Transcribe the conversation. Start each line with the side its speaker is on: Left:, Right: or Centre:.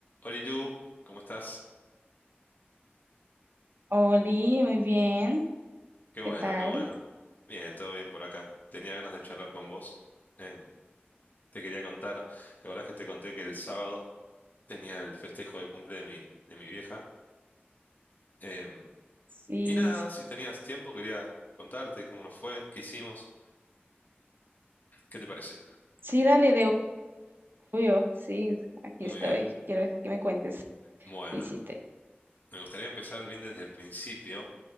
Left: Oli Lu, ¿cómo estás?
Right: Oli, muy bien.
Left: Qué
Right: ¿Qué
Left: bueno,
Right: tal?
Left: qué bueno. Bien, todo bien por acá. Tenía ganas de charlar con vos. Em, te quería contar, ¿te acordás que te conté que el sábado tenía el festejo de cumple de mi, de mi vieja? Em,
Right: Sí,
Left: y nada,
Right: sí,
Left: si tenías tiempo quería contarte cómo nos fue, qué hicimos, ¿qué te parece?
Right: sí, dale de obvio. Sí, aquí
Left: Muy
Right: estoy.
Left: bien.
Right: Quiero que me cuentes
Left: Bueno,
Right: qué hiciste.
Left: me gustaría empezar bien desde el principio,